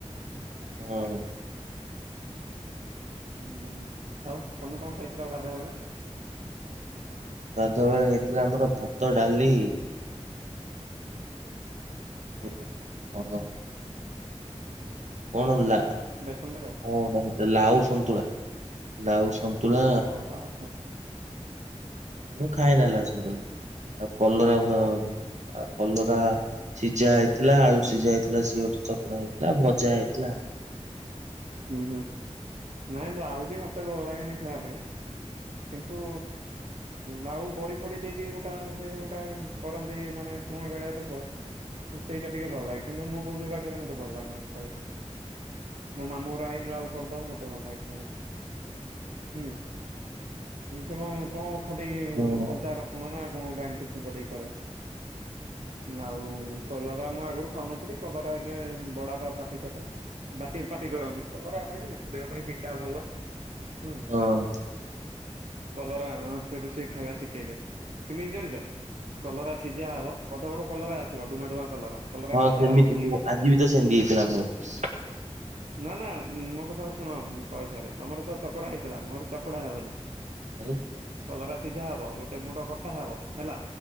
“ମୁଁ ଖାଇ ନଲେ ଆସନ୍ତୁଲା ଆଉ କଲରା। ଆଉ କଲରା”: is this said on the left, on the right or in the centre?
Right